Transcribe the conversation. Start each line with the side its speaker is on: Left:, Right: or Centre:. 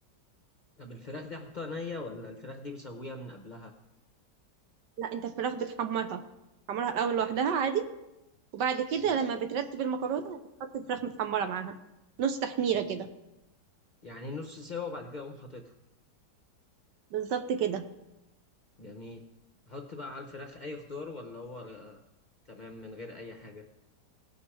Left: طب الفراخ دي احطها نيه ولا الفراخ دي بسويها من قبلها
Right: لا انت الفراخ بتحمرها حمرها الاول لوحدها عادي وبعد كده
Left: ماشي
Right: لما بترتب المكرونة بتحط الفراخ متحمرة معاها نص تحميرة كده
Left: يعني نص سوا وبعد كده اقوم حاططها
Right: بالظبط كده
Left: جميل احط بقى على الفراخ اي خضار ولا هو آه، تمام من غير اي حاجه